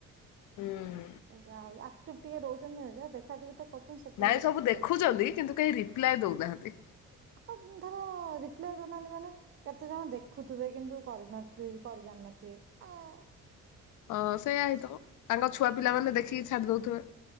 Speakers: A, on the left (about 80°); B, on the right (about 45°).
A: ହୁଁ।
B: ଏ ଯାହା ହଉ ଆକ୍ଟିଭ ଟିକେ ରହୁଛନ୍ତି ହଉ ଯ ଦେଖା ଦେଖି ତ କରୁଛନ୍ତି ସେତିକି
A: ନାଇଁ
B: ଭଲ
A: ସବୁ ଦେଖୁଛନ୍ତି
B: ବଡ
A: କିନ୍ତୁ କେହି ରି ପ୍ଲାଏ ଦଉନାହାନ୍ତି।
B: ଆଉ କୁ ଧର ରିପ୍ଲାଏ ଦଉନାହାନ୍ତି ମାନେ କେତେ ଜଣ ଦେଖୁଥିବେ କିନ୍ତୁ କରି ନ ଥି କରି ଜାଣି ନଥିବେ ଆଁ
A: ହଁ ସେୟା ହେଇ ଥିବ ତାଙ୍କ ଛୁଆ ପିଲା ମାନେ ଦେଖିକି ଛାଡ଼ି ଦେଉଥିବେ।